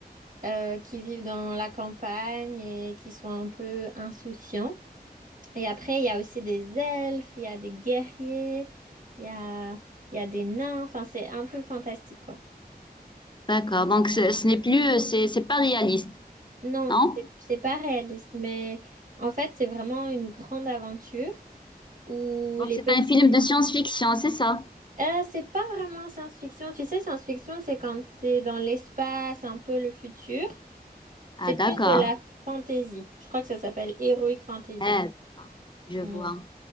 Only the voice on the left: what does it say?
d'accord. Donc, ce, ce n'est plus, c'est c'est pas réaliste,
non?
Donc,
c'est
un film de science-fiction, c'est ça?
Ah,
d'accord.
Eh, d'accord. je
vois.